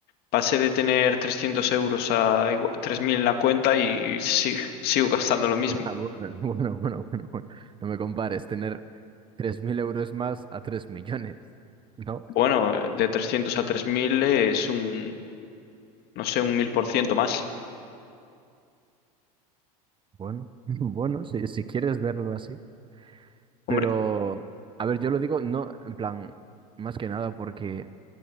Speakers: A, on the left (about 55°); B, on the right (about 25°).
A: Pasé de tener 300 euros a igua- 3.000 en la cuenta y sí, <laughs> sigo gastando lo mismo.
B: <laughs> Ah, bueno, bueno, bueno, bueno, bueno. No me compares tener 3.000 euros más a 3 millones. No,
A: Bueno, de 300 a 3.000 es un, no sé, un 1.000% más.
B: bueno, <laughs> bueno, si, si quieres verlo así.
A: Hombre,
B: Pero, a ver, yo lo digo, no, en plan, más que nada porque